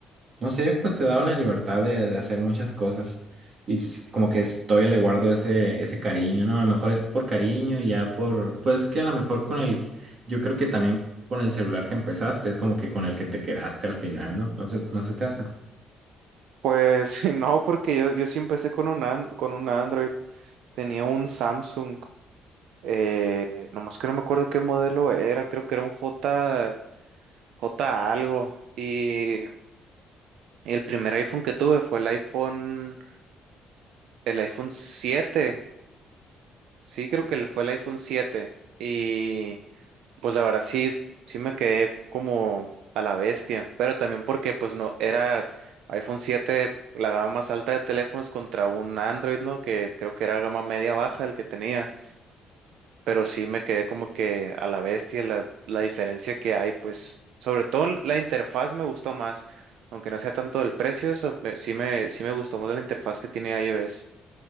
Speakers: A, on the right; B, on the right.
A: no sé, pues te daba la libertad de, de hacer muchas cosas. Y s- como que es- todavía le guardo ese, ese cariño, ¿no? A lo mejor es por cariño, ya por, pues que a lo mejor con el, yo creo que también con el celular que empezaste, es como que con el que te quedaste al final, ¿no? No sé, no se te hace.
B: Pues <laughs> no, porque yo, yo sí empecé con un, an- con un Android. Tenía un Samsung, eh, nomás que no me acuerdo qué modelo era, creo que era un J, J algo. Y el primer iPhone que tuve fue el iPhone, el iPhone siete Sí, creo que fue el iPhone siete Y pues la verdad sí, sí me quedé como a la bestia. Pero también porque pues no, era iPhone siete la gama más alta de teléfonos contra un Android, ¿no? Que creo que era gama media baja el que tenía. pero sí me quedé como que a la bestia la, la diferencia que hay, pues sobre todo en la interfaz me gustó más, aunque no sea tanto del precio, so- pe- sí me, sí me gustó más la interfaz que tiene iOS.